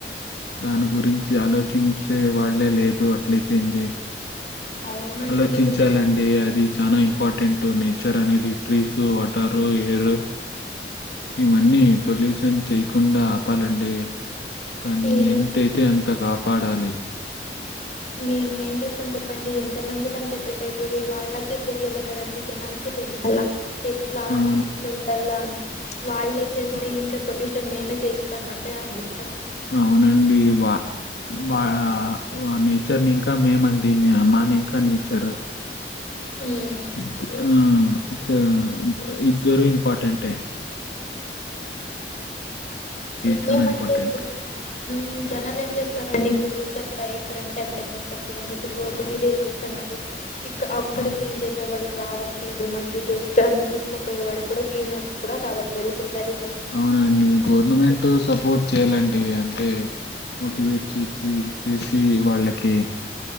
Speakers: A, on the left; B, on the left.
A: దాని గురించి ఆలోచించ్ సే వాళ్లే లేదు అట్లా అయిపోయింది.
B: అవునండి
A: ఆలోచించాలండి
B: నిజంగానే
A: అది చానా ఇంపార్టెంట్ టూ నేచర్ అనేది ట్రీస్ వాటర్ ఎయిర్ ఇవన్నీ పొల్యూషన్ చేయకుండా ఆపాలంటే దాన్ని
B: ఏం
A: ఎంతైతే అంత గాప్ పడాలి
B: మేము ఏం చేస్తాం చెప్పండి ఎంత మంది కాని చెప్పేకైతది. వాళ్ళకే తెలియాలి కదండి. జనాలకే అలా ఇట్లాంటి
A: అవును.
B: ఇట్లాంటోలా అని వళ్ళే చేస్తే
A: ఆ!
B: ఇంకా పొల్యూష్ మేమే చేస్తాన్నట్టే అండి. అక్కడ
A: అవునండి వా బాగా ఓ నేచర్ని ఇంకా మేమండి. మ్య మనీ ఇంకా నేచరు
B: ఉహ్
A: ఇప్త్ ఆ ఇట్స్ ఇద్దరు ఇంపార్టెంటెంటే
B: మీకేమంటే
A: చానా ఇంపార్టెంట్.
B: ఇప్పుడు హు జనాలు ఏం చేస్తారండి ఇప్పుడు చెత్త ఎక్కడన్ ఎప్పుడెప్పుడు యేస్తారు చూడండి. ఇప్పుడు రోడ్లు మీద యేసేస్తున్నారు. ఇక్క అక్కడ
A: ఆ!
B: క్లీన్ చేసే వాళ్ళు రావట్లేదు, మళ్ళీ డస్ట్ అంత తీసుకుని పోయే వాడు కూడా క్లినర్స్ కూడా రావట్లేదు. ఇప్పుడు సరి
A: అవునండి. గవర్నమెంట్ సపోర్ట్ చేయాలండి అంటే మోటివేట్ చేచి చేసి వాళ్ళకి